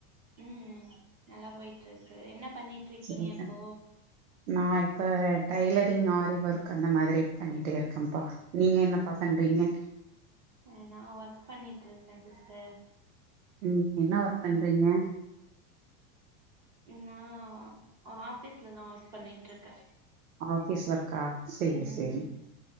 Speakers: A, on the right; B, on the right.
A: ம் நல்லா போய்ட்ருக்கு என்ன பண்ணிட்ருக்கீங்க
B: சரி
A: இப்போ
B: <inaudible> நா இப்ப டை்லரிங் ஆரி ஒர்க் அந்த மாதிரி பண்ணிட்டே இருக்கம்ப்பா நீங்க என்னப்பா பண்றீங்க
A: அ நா ஒர்க் பண்ணிட்ருக்கே சிஸ்டர்
B: ம் என்ன ஒர்க் பண்றீங்க
A: நா அ ஆஃபீஸ்ல தா ஒர்க் பண்ணிட்ருக்கே
B: ஆஃபீஸ் ஒர்க்கா செரி
A: ம்
B: செரி